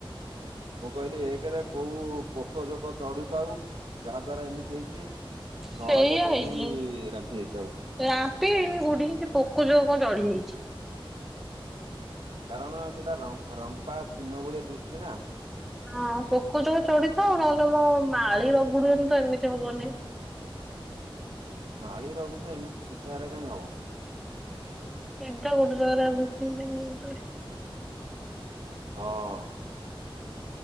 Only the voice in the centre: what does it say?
ସେଇଆ
ହେଇଛି।
ରାମ୍ପି ହେଇନି କୋଉଠି ପୋକ ସେ ଜୋକ କଣ ଚଢିଯାଇଛି।
ହଁ, ପୋକ ଜୋକ ଚଢିଥିବ। ନହେଲେ ମୋ ମାଳି ରଗୁଡ଼ିଲେ ବି ଏମିତି ହବନି।
<unintelligible>